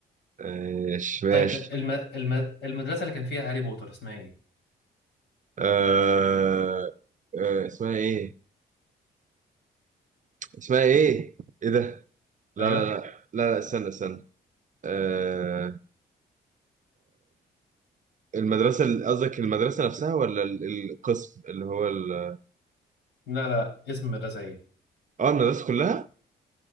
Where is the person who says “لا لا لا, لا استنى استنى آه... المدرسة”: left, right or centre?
Right